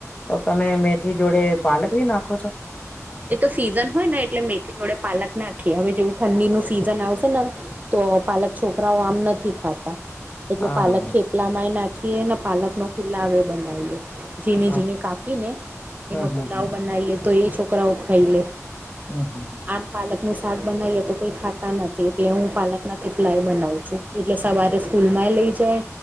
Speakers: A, on the left; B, on the right.
A: તો તમે મેથી જોડે પાલક ભી નાખો છો.
B: એ તો સીઝન હોય ને એટલે મેથી જોડે પાલક નાખીએ હવે જેવું ઠંડીનું સીઝન આવશે ન તો પાલક છોકરાઓ આમ નથી ખાતા. એટલે
A: હા
B: પાલક થેપલામાંય નાખીએ ને પાલક નો પુલ્લાવે બનાવીએ. ઝીણી
A: હા
B: ઝીણી કાપી ને
A: હમ
B: એનો
A: હમ
B: પુલાવ બનાવીએ તો એ છોકરાઓ ખઈ લે.
A: અહમહમ.
B: આમ પાલક નું શાક બનાવીએ તો કોઈ ખાતા નથી એટલે હું પાલક ના થેપલાય બનાવ છું એટલે સવારે સ્કૂલ માંય લઈ જાય